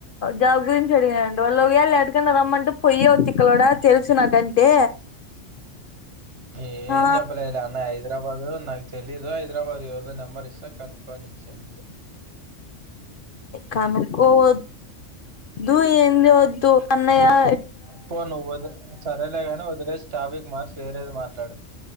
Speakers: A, on the left; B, on the right.
A: జాబ్ గురించి అడిగానండి వాళ్ళు ఒకవేళ యాటికన్నా రమ్మంటే పోయ్యో తిక్కలోడా తెలుసు నాకంటే
B: ఏం
A: ఆ
B: చెప్పలేదులే అన్నయ్య ఐ హైదరాబాద్ నాకు తెలీదు, హైదరాబాద్ ఎవరిదో నెంబర్ ఇస్తా కనుక్కొ అని ఇచ్చాను అంతే.
A: కనుక్కోవ ద్దు ఏందీ వద్దు అన్నయ్యా
B: పో నువ్వు అయితే, సరేలేగాని వదిలేసి టాపిక్ మార్చి వేరేది మాట్లాడు.